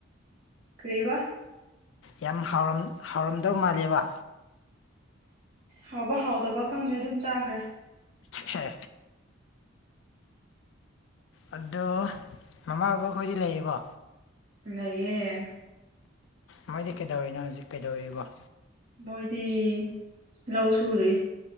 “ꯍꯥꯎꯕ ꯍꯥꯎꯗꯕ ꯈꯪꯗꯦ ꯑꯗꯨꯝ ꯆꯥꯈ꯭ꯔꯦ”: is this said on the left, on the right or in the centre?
Right